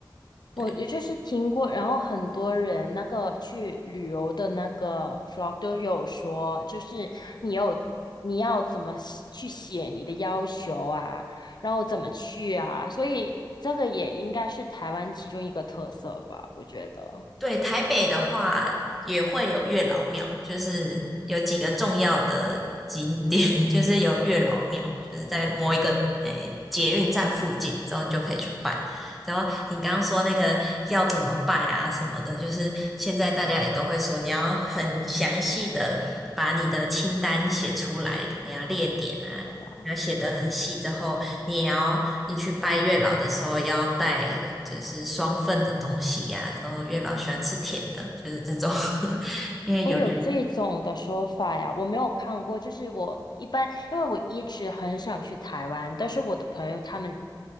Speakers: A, on the left (about 60°); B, in the centre.
A: 我也就是听过，
B: 对。
A: 然后很多人那个去旅游的那个 vlog 都有说，就是你有你要怎么写去写你的要求啊，然后怎么去啊，所以这个也应该是台湾其中一个特色吧，我觉得。
B: 对，台北的话也会有月老庙，就是有几个重要的景点，<laughs> 就是有月老庙，就是在某一个诶、捷运站附近，之后你就可以去拜。然后你刚刚说那个要怎么拜啊什么的，就是现在大家也都会说，你要很详细的把你的清单写出来，可能要列点啊，
A: 对
B: 要写得很细之后，你也要你去拜月老的时候要带就是双份的东西呀、然后月老喜欢吃甜的，就是这种，<laughs> 因为有
A: 我有这种的说法呀，我没有看过。就是我一般，因为我一直很想去台湾，但是我的朋友他们